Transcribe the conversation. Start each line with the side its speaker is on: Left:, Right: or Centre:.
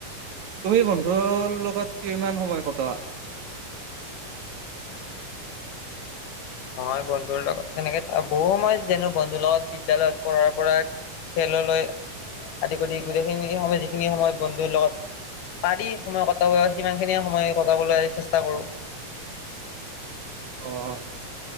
Right: তুমি বন্ধুৰ লগত কিমান সময় কটোৱা? <inaudible>
Left: মই বন্ধুৰ লগত তেনেকে বহু সময় যেনে বন্ধুৰ লগত বিদ্য়ালয়ত পঢ়াৰ পৰাই খেললৈ আদি কৰি গোটেইখিনি সময় যিখিনি সময় বন্ধুৰ লগত পাৰি সময় কটাব, সিমানখিনি সময়ে কটাবলৈ চেষ্টা কৰোঁ।
Right: অ'